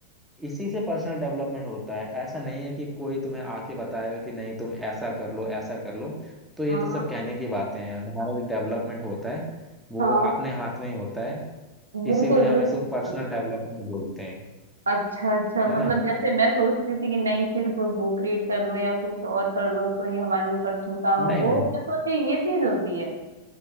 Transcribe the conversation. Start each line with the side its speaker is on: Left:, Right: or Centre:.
Centre: इसी से पर्सनल डेवलपमेंट होता है ऐसा नहीं है कि कोई तुम्हें आके बताएगा कि नहीं तुम ऐसा कर लो ऐसा कर लो तो ये
Right: हाँ
Centre: तो सब
Right: हाँ
Centre: कहने की बातें हैं हमारा जो डेवलपमेंट होता है वो
Right: हाँ
Centre: अपने हाथ में ही होता है
Right: बिल्कुल
Centre: इसीलिए हम
Right: बिल्कुल
Centre: इसे पर्सनल डेवलपमेंट बोलते हैं
Right: अच्छा अच्छा मतलब
Centre: है ना
Right: जैसे मैं सोचती थी कि नहीं सिर्फ बुक रीड कर लो या कुछ और कर लो तो ये हमारे जो पर्सनल काम है
Centre: नहीं
Right: वो
Centre: नहीं
Right: मैं सोची ये चीज होती है